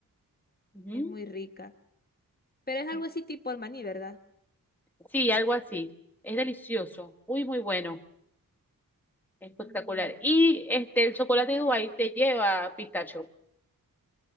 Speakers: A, in the centre; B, on the left (about 25°).
A: Ujú.
B: Es muy rica. Pero es algo
A: Sí,
B: así tipo el maní, ¿verdad?
A: Sí, algo así. Es delicioso. Muy, muy bueno. Espectacular.
B: Mm.
A: Y este, el chocolate Dubai te lleva pistacho.